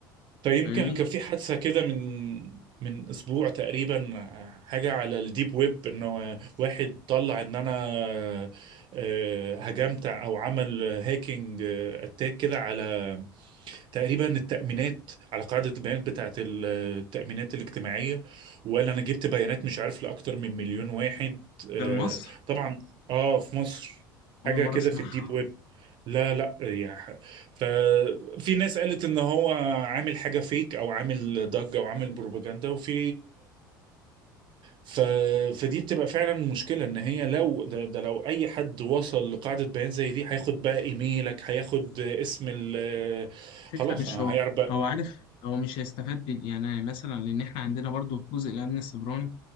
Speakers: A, on the right (about 45°); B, on the left (about 50°).
A: فيمكن
B: فاهمني؟
A: كان في حادثة كده من من اسبوع تقريبا حاجة على الديب ويب انه واحد طلع ان انا آه، هجمت او عمل هاكينج اتاك كده على تقريبا التأمينات على قاعدة البيانات بتاعة ال- التأمينات الاجتماعية ولا أنا جبت بيانات مش عارف لأكتر من مليون واحد آه،
B: ده لمصر
A: طبعا آه في مصر حاجة
B: أول مرة
A: كده
B: أسمعها
A: في الديب ويب لا لا يا ح- ففي ناس قالت ان هو عامل حاجه فيك او عامل ضجه او عامل بروباجندا وفي ف... فدي بتبقى فعلا مشكلة ان هي لو ده, ده لو اي حد وصل لقاعدة بيانات زي دي هياخد بقى ايميلك هياخد اسم ال
B: فكرة
A: خلاص
B: مش
A: أنا
B: هو
A: هيعرف بقى
B: هو عارف هو مش هيستفاد بال... يعني مثلا لان احنا عندنا برضو في جزء الامن السيبراني